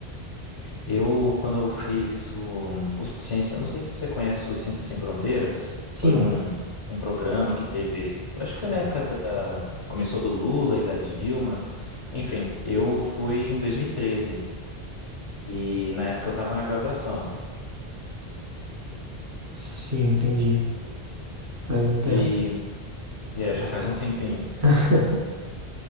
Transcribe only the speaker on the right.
Sim,
sim, entendi. Faz um tempo.
<laughs>